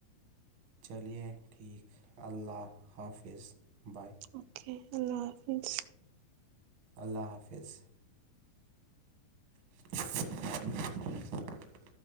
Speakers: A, on the right; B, on the right.
A: چلیے ٹھیک اللہ حافظ بائے
B: اوکے اللہ حافظ
A: اللہ حافظ السلام علیکم محترم بھائی جان آپ کو